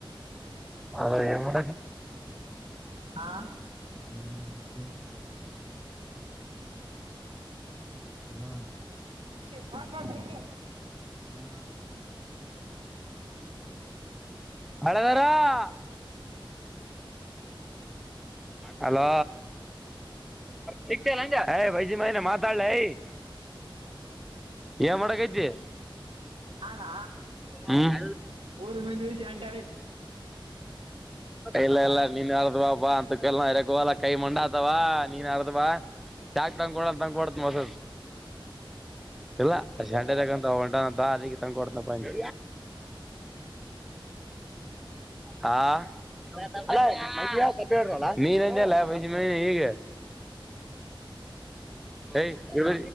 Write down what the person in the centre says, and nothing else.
ಹಲೋ ಎನ್ ಮಾಡತಿ.
ಏನ್ ಮಾಡಕತ್ತಿ. ಹಲೋ.
ನಾ ಹಳೆದಾರ <unintelligible> ಹಲೋ ಸಿಕ್ತಿ ಏನ್ ಅಂದೆ ಹೇ ಬೈಜಿ ಮಗನ್ ಮಾತಾಡ್ಲಲೇ ಏನ್ ಮಾಡಕತಿ.
ಹ್ಮ್
ಇಲ್ಲ ಇಲ್ಲ ನೀನ್ ಹೇಳ್ಬೇಕಪ್ಪ ಅಂತಕ್ಕೆಲ್ಲ ಗೋಲ ಕೈ ಮಂಡ ಆತವಾ ನೀನ್ ಹರ್ದ ಬಾ ಚಾಕ್ ತಂದಕೊಡ ಅನ್ನ ತಂಗಕೊಡತನ ಹೋಸದ ಇಲ್ಲ
ಸಂಡೆ ತಕಂತ ಹೊಂಟಾ ಬಾ ಅಲ್ಲಿಗೆ ತಂದ ಕೊಡ್ತಿನಪಾ ಅಂದೆ ಹಾ <unintelligible> ನೀನಲ್ಲ ಬೈಜ ಮ ಈಗ ಎ ಇಡು